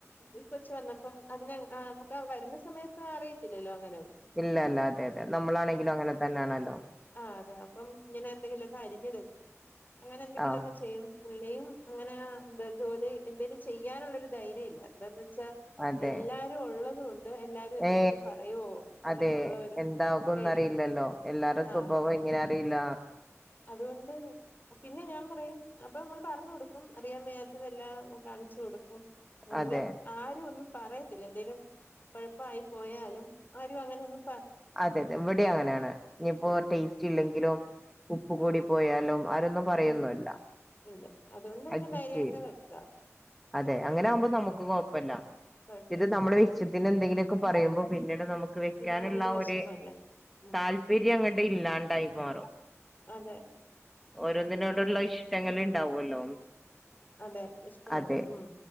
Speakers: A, on the left; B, in the centre.
A: ഇ കൊ കൊച്ച് വന്നപ്പം അതിന നമുക്ക് വരുന്ന സമയത്ത് അറിയത്തില്ലല്ലോ അങ്ങനെയൊന്നും
B: ഇല്ല ഇല്ല അതെ അതെ നമ്മളാണെങ്കിലും അങ്ങനെ തന്നൊണല്ലോ
A: ആഹ് അതെ അപ്പം ഇങ്ങനെ എന്തെങ്കിലുമൊക്കെ അരിഞ്ഞു തരും അങ്ങനെ എന്തെങ്കിലുംക്കെ
B: ആ
A: ചെയ്യും പുള്ളീം അങ്ങനെ എന്താ ജോലി എന്തേലും ചെയ്യാനുള്ളരു ധൈര്യമില്ല എന്താന്ന് വെച്ചാ
B: അതെ
A: എല്ലാരും ഉള്ളതും ഉണ്ട് എല്ലാരും എന്തെങ്കിലും
B: ഏ
A: പറയുവോ എന്നൊക്കെ
B: അതെ
A: ഉള്ള ഒരു
B: എന്താകുംന്ന
A: പേടി
B: അറിയില്ലല്ലോ എല്ലാരും
A: ആഹ്
B: സ്വഭാവമല്ലേ എങ്ങനെ അറിയില്ല
A: അതുകൊണ്ട് പിന്നെ ഞാൻ പറയും അപ്പൊ നമ്മൾ പറഞ്ഞു കൊടുക്കും അറിയാൻ വേയാത്തതെല്ലാം കാണിച്ചു കൊടുക്കും അങ്ങ
B: അതെ
A: ആര ഒന്നും പറയത്തില്ല എന്തെങ്കലും കുഴപ്പായി പോയാലും ആരും അങ്ങനെന്നും
B: അതെ അതെ ഇവിടെ അങ്ങനെയാണ് ഇനിയിപ്പോ
A: ഉം
B: ടേസ്റ്റ് റ്റില്ലെങ്കിലോ ഉപ്പ് കൂടി പോയാലോ ആരൊന്നും പറയൊന്നുല്ല
A: ഉ ഇല്ല അതുകൊണ്ട് തന്നെ
B: അഡ്ജസ്റ്റ്
A: ധൈര്യമായിട്ട്
B: ചെയ്യും
A: വെക്ക
B: അതെ അങ്ങനെ ആകുമ്പോൾ നമുക്ക് കുഴപ്പമില്ല
A: കുഴപ്പമില്ല
B: ഇത് നമ്മുടെ അത്തിന് എന്തങ്കിലുമൊക്കെ പറയുമ്പോ പിന്നീട് നമുക്ക്
A: പിന്നെ
B: വെക്കാനുള്ള
A: അതൊരു വിഷമല്ലേ
B: ഒരു
A: ഉം
B: താല്പര്യം അങ്ങട്ട ഇല്ലാണ്ടായി മാറും
A: അതെ
B: ഓരോന്നിനോടുള്ള
A: ഉം
B: ഇഷ്ടങ്ങള് ഉണ്ടാവുമല്ലോ
A: <inaudible> അതെ ഇഷ്ടമുണ്ട്
B: അതെ
A: ഉം